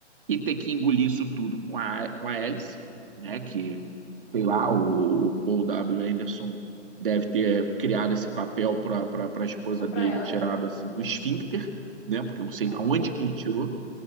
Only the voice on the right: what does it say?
e ter que engolir isso tudo com a, com a Alice, né? Que sei lá, o, o Paul W. Anderson deve ter criado esse papel para a esposa
dele,
tirado assim do esfíncter, né? Porque eu não sei
de onde
que ele tirou,